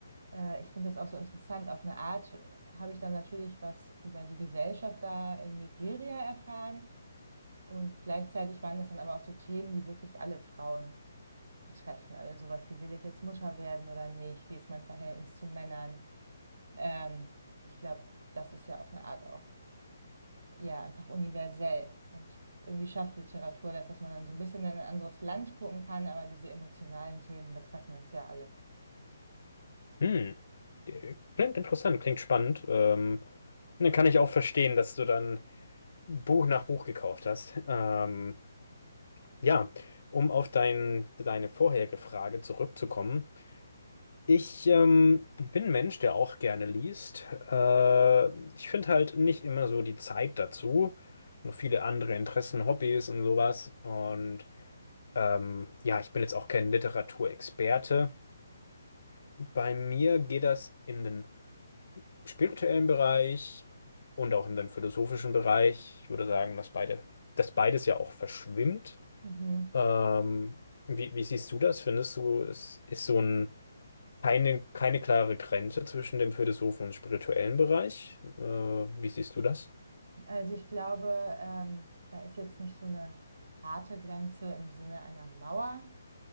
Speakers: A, on the right; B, on the left.
A: äh, ich finde das auch so interessant. Auf eine Art äh, habe ich dann natürlich was über die Gesellschaft da in Nigeria erfahren. Und gleichzeitig waren das dann aber auch so Themen, die wirklich alle Frauen betreffen. Also sowas wie, will ich jetzt Mutter werden oder nicht? Wie ist mein Verhältnis zu Männern? Ähm, ich glaube, das ist ja auf eine Art auch ja, einfach universell. Und irgendwie schafft Literatur das, dass man dann so ein bisschen in ein anderes Land gucken kann, aber diese emotionalen Themen betreffen uns ja alle.
B: Hm. äh, Klingt interessant, klingt spannend. Ähm, dann kann ich auch verstehen, dass du dann Buch nach Buch gekauft hast. Ähm, Ja, um auf dein, deine vorherige Frage zurückzukommen. Ich ähm, bin ein Mensch, der auch gerne liest. Äh, ich finde halt nicht immer so die Zeit dazu. Nur viele andere Interessen, Hobbys und sowas. Und ähm, ja, ich bin jetzt auch kein Literaturexperte. Bei mir geht das in den spirituellen Bereich und auch in den philosophischen Bereich. Ich würde sagen, dass beide, dass beides ja auch verschwimmt.
A: Mhm.
B: Ähm, wie, wie siehst du das? Findest du, es ist so ein, keine, keine klare Grenze zwischen dem Philosophen und spirituellen Bereich? Äh, wie siehst du das?
A: Also ich glaube, ähm, da ist jetzt nicht so eine harte Grenze im Sinne einer Mauer.